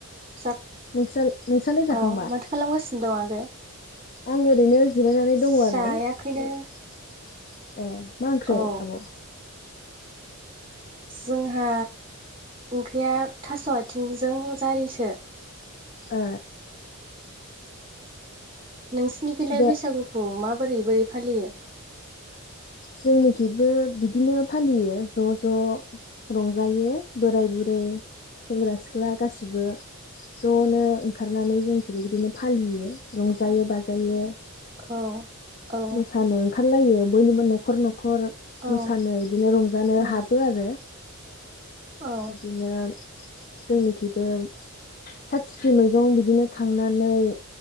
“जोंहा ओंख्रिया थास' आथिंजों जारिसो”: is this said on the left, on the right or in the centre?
Right